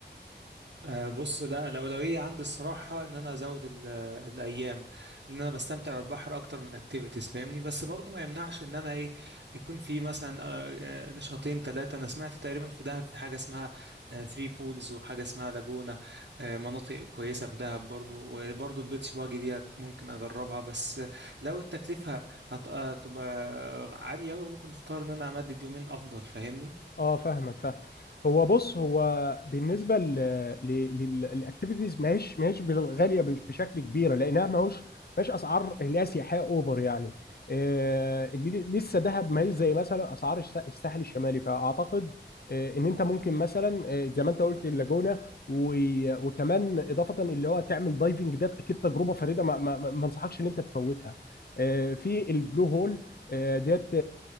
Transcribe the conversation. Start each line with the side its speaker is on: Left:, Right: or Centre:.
Right: أه بص لا الأولوية عندي الصراحة إن أنا أزود ال- الأيام لأن أنا بستمتع بالبحر أكتر من الأكتيفيتيز فاهمني بس برضو ما يمنعش إن أنا إيه يكون في مثلا آه، آه، نشاطين ثلاثة أنا سمعت تقريبا في دهب في حاجة اسمها ثري بولز وحاجة اسمها لاجونة آه، مناطق كويسة في دهب برضو وبرضو البيتش باجي دي ممكن أجربها بس لو التكلفة هت- هتبقى عالية أوي ممكن أختار إن أنا أمدد يومين أفضل فاهمني
Left: اه فاهمك فاهم هو بص هو بالنسبه للاكتيفيتيز ماهيش ماهيش غاليه بش- بشكل كبير لانها ماهوش ماهيش اسعار اللي هي سياحيه اوفر يعني آه، اللي لسه دهب ماهيش زي مثلا اسعار الس- الساحل الشمالي فاعتقد آه، ان انت ممكن مثلا آه، زي ما انت قلت اللاجونه و- وكمان اضافه اللي هو تعمل دايفنج ده اكيد تجربه فريده ما ما ما- ما انصحكش ان انت تفوتها آه، في البلو هول آه، ديت